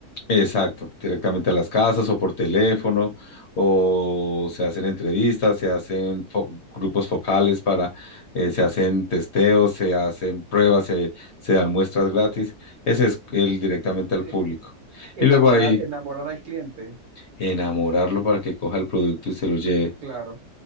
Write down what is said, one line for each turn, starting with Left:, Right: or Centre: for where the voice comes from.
Left: Exacto, directamente a las casas o por teléfono, o se hacen entrevistas, se hacen fo- grupos focales para, eh, se hacen testeos, se hacen pruebas, se, se dan muestras gratis. Ese es el directamente al
Right: Sí.
Left: público.
Right: Enamorar,
Left: Y luego ahí,
Right: enamorar al cliente.
Left: enamorarlo para que coja el producto y se lo lleve.
Right: Claro,